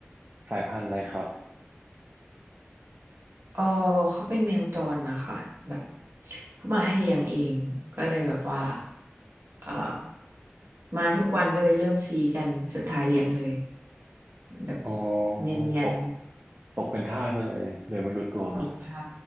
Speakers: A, on the right; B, on the right.
A: สายพันธุ์อะไรครับ
B: เออเขาเป็นแมวจรนะคะแบบเขามาให้เลี้ยงเองก็เลยแบบว่าเอ่อมาทุกวันก็เลยเริ่มซีกันสุดท้ายเลี้ยงเลยแบบ
A: อ๋อ
B: เนียน
A: ตกตกเป็นทาสไปเลยโดยไม่รู้ตัว
B: ๆ <laughs> ขอบคุณค่ะ